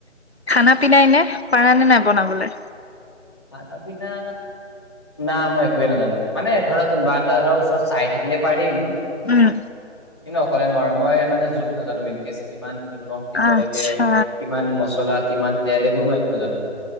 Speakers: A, on the left (about 60°); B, on the left (about 20°).
A: খানা পিনাই নে পাৰা নে নাই বনাবলৈ
B: খানা পিনা না মই একোৱে নাজানো মানে ধৰা কোনোবা এটা ধৰা ওচৰত চাই থাকিলে পাৰিম
A: উম
B: কিন্তু অকলে নোৱাৰো মই মানে জোখ নাজানো মেইন কে কিমান নিমখ দিব
A: আচ্ছা,
B: লাগে কিমান মচলা কিমান তেল এইবোৰ মই একো নোাজানো